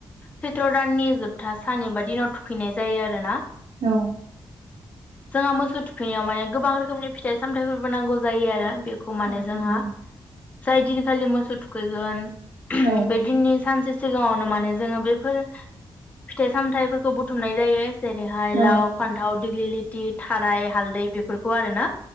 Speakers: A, on the left; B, on the right.
A: सैथ्र' दाननि जोबथा सान एबा दिनाव थुखैनाय जायो आरोना ।
B: औ
A: जोंहा मोसौ थुखैनायाव माने गोबां रोखोमनि फिथाइ सामथायफोर बो नांगौ जायो आरो बे खौ माने
B: औ
A: जोंहा
B: नंगौ
A: जाय दिनखालि मोसौ थुखैगोन
B: औ
A: बै दिननि सानसे सिगांङावनो माने जोंङो बेफोर फिथाइ सामथाइफोरखौ बुथुमनाय जायो । जेरैहाय
B: औ
A: लाव फानथाव दिगलि लि दि थाराय हालदै बेफोरखौ हु आरो ना